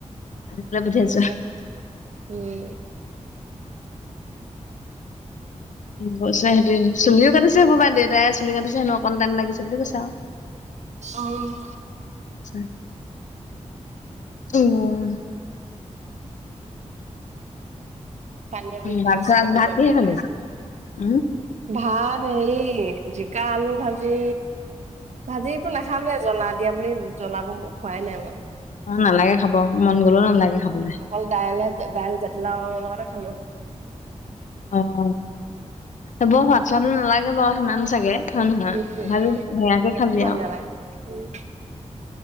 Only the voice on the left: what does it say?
আনি পেলাই পঠিয়াইছো
গৈছে সিহঁতি চুলিও কাটিছে হ'ব পাই দেউতাই চুলি কাটিছে হেনো অকন টাইম লাগিছে বুলি কৈছে আও
আচ্ছা উম
তাৰপিছত
আজি ভাত
কিহে
খালি
উম
অ নালাগে খাব মন গ'লেও নালাগে খাবলে
অহ এইবোৰ সোৱাদ চোৱাদো নালাগে বাও সিমান চাগে হয় নহয়
তথাপিও সেয়াকে
খালি
আও